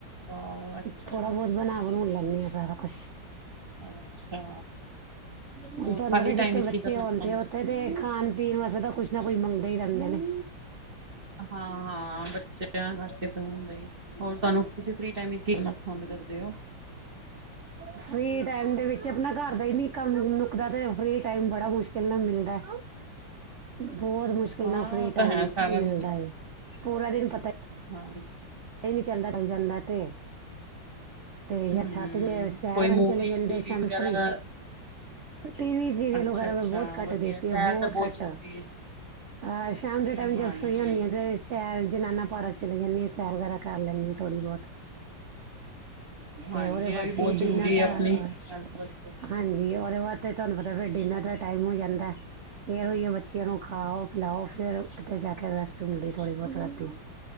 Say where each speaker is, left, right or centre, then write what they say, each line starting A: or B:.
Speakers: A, on the right; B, on the right.
A: ਵਾਓ ਅੱਛਾ
B: ਥੋੜਾ
A: ਜੀ
B: ਬਹੁਤ ਬਣਾ ਬਣਾਉਣ ਲੈਦੀਆ ਸਾਰਾ ਕੁਛ
A: ਅੱਛਾ
B: ਹੁਣ
A: ਹੋਰ
B: ਤੁਹਾਨੂੰ
A: ਖਾਲੀ
B: ਪਤਾ
A: ਟਾਈਮ
B: ਜਿੱਥੇ
A: ਵਿੱਚ
B: ਬੱਚੇ
A: ਕੀ ਕਰਨਾ
B: ਹੋਣ
A: ਪਸੰਦ ਕਰਦੇ
B: ਉੱਥੇ
A: ਹੋ ਤੁਸੀਂ
B: ਤੇ ਖਾਣ ਪੀਣ ਵਾਸਤੇ ਤਾਂ ਕੁਛ ਜਾਂ ਕੋਈ ਮੰਗਦੇ ਹੀ ਰਹਿੰਦੇ ਨੇ
A: ਹਾਂ, ਹਾਂ ਬੱਚਿਆਂ ਕਰਕੇ ਹੁੰਦਾ ਆ। ਹੋਰ ਤੁਹਾਨੂੰ ਤੁਸੀਂ ਫਰੀ ਟਾਈਮ ਵਿੱਚ ਕੀਣਾ ਪਸੰਦ ਕਰਦੇ ਹੋ।
B: ਫਰੀ ਟਾਈਮ ਦੇ ਵਿੱਚ ਆਪਣਾ ਘਰ ਦਾ ਹੀ ਨੀ ਕੰਮ ਨੁਕਦਾ ਤੇ ਫਰੀ ਟਾਈਮ ਬੜਾ ਮੁਸ਼ਕਿਲ ਨਾਲ ਮਿਲਦਾ ਬੋਤ ਮੁਸ਼ਕਿਲ
A: ਹਾਂ
B: ਇੰਨਾ ਫਰੀ
A: ਉਹ ਤਾਂ
B: ਟਾਈਮ
A: ਹੈ ਸਾਰਾ
B: ਚ ਮਿਲਦਾ
A: ਦਿਨ
B: ਏ, ਪੂਰਾ ਦਿਨ ਪਤਾ
A: ਹਾਂ
B: ਇਹ ਨਹੀ ਚੱਲਦਾ ਚੱਲ ਜਾਂਦਾ ਤੇ। ਤੇ ਯਾ
A: ਹਮ
B: ਛੱਤ ਤੇ ਸੈਰ
A: ਕੋਈ
B: ਕਰਨ
A: ਮੂਵੀ
B: ਚਲੇ ਜਾਂਦੇ
A: ਟੀਵੀ
B: ਸ਼ਾਮੀ
A: ਵਗੈਰਾ
B: ਫਰੀ ਟੀ ਵੀ ਸੀਰੀਅਲ
A: ਅੱਛਾ-ਅੱਛਾ
B: ਵਗੈਰਾ ਮੈਂ ਬਹੁਤ ਘੱਟ
A: ਵਧੀਆ
B: ਦੇਖਦੀ
A: ਸੈਰ
B: ਆ ਬੋਤ
A: ਤਾਂ ਬਹੁਤ
B: ਘੱਟ
A: ਜ਼ਰੂਰੀ
B: ਅ ਸ਼ਾਮ
A: ਹੈ
B: ਦੇ ਟਾਈਮ
A: ਹਾਂਜੀ।
B: ਜਦ ਫਰੀ ਹੁੰਦੀ ਆ ਤੇ ਸੈਰ ਜਨਾਨਾ ਪਾਰਕ ਚਲੇ ਜਾਂਦੀ ਆ, ਸੈਰ ਵਗੈਰਾ ਕਰ ਲੈਨੀ ਆ ਥੋੜ੍ਹੀ ਬੋਤ। ਤੇ
A: ਹਾਂਜੀ
B: ਉਹਦੇ
A: ਇਹ
B: ਬਾਅਦ
A: ਵੀ ਬਹੁਤ
B: ਫਿਰ
A: ਜ਼ਰੂਰੀ
B: ਡਿਨਰ ਦਾ
A: ਹੈ ਆਪਣੀ
B: ਅ
A: ਹੈਲਥ ਵਾਸਤੇ।
B: ਹਾਂਜੀ, ਉਦੇ ਬਾਦ ਤੁਹਾਨੂੰ ਪਤਾ ਫਿਰ ਡਿਨਰ ਦਾ ਟਾਈਮ ਹੋ ਜਾਂਦਾ। ਫਰ ਓਈ ਓ ਬੱਚਿਆਂ ਨੂੰ ਖਾਓ, ਪਿਲਾਓ ਫੇਰ ਕਿਤੇ ਜਾ ਕੇ ਰੈਸਟ ਮਿਲਦੀ ਥੋੜ੍ਹੀ ਬੋਤ ਰਾਤੀ।